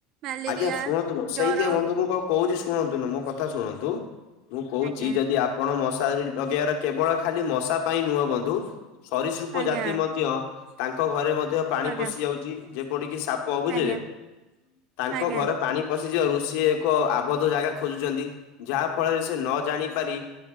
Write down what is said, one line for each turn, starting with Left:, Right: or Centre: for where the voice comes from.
Right: ମ୍ୟାଲେରିଆ
Left: ଆଜ୍ଞା ଶୁଣନ୍ତୁ, ମ ସେଇଥି
Right: ଜର
Left: ବନ୍ଧୁ ମୁଁ କଣ କହୁଛି ଶୁଣନ୍ତୁ, ନା ମୋ କଥା ଶୁଣନ୍ତୁ। ମୁଁ କହୁଛି,
Right: ଆଜ୍ଞା
Left: ଯଦି ଆପଣ ମୋ ସହ ତାରି ଲଗେଇଆର କେବଳ ଖାଲି ମଶା ପାଇଁ ନୁହଁ ବନ୍ଧୁ, ସରିସୃପ
Right: ଆଜ୍ଞା
Left: ଜାତି ମଧ୍ୟ ତାଙ୍କ ଘରେ ମଧ୍ୟ ପାଣି
Right: ଆଜ୍ଞା।
Left: ପଶି ଯାଉଛି। ଯେପଡ଼ିକି ସାପ, ବୁଝିଲେ!
Right: ଆଜ୍ଞା
Left: ଆଙ୍କ
Right: ଆଜ୍ଞା
Left: ଘରେ ପାଣି ପ ପଶିଚିଆଉ, ଋଷି ଏକ ଆବଦ୍ଧ ଜାଗା ଖୋଜୁଛନ୍ତି। ଯାହା ଫଳରେ ସେ ନ ଜାଣି ପାରି